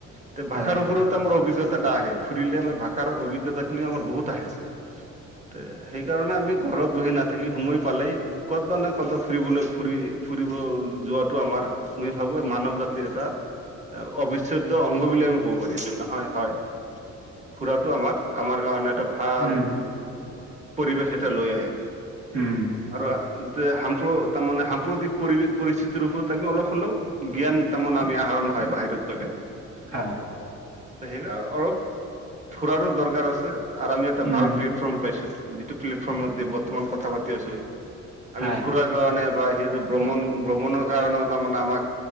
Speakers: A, on the right; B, on the right.
A: তে ভাষাৰ
B: হয়,
A: ওপৰত আমাৰ অভিজ্ঞতা এটা আহে, ফুৰিলে আমাৰ ভাষাৰ অভিজ্ঞতাখিনি আমাৰ বহুত আহে। তে সেইকাৰণে আমি ঘৰত বহি নাথাকি সময় পালেই ক'তবা নহয় ক'তবা ফুৰিবলৈ, ফুৰি ফুৰিব যোৱাটো আমাৰ মই ভাবোঁ এই মানৱ জাতিৰ এটা অবিচ্ছেদ্য অংগ বুলি আমি ক'ব পাৰি। হয় হয়। ফুৰাটো আমাৰ, আমাৰ কাৰণে এটা ভাল
B: উম,
A: পৰিবেশ এটা লৈ আহে।
B: উম।
A: আৰু যিটো সাম্প তাৰমানে সাম্প্ৰতিক পৰিবেশ পৰিস্থিতিৰ ওপৰত আমি অলপ হ'লেও জ্ঞান তাৰমানে আমি আহৰণ হয় বাহিৰত।
B: হা
A: সেই অলপ ফুৰাৰো দৰকাৰ আছে আৰু আমি এটা
B: উম,
A: ভাল প্লে ফৰ্ম পাইছো, যিটো প্লেটফৰ্মত বৰ্তমান কথা পাতি আছো, আমি
B: হয়,
A: ফুৰাৰ কাৰণে বা সিহতে ভ্ৰমণ ভ্ৰমণৰ কাৰণেও তাৰমানে আমাক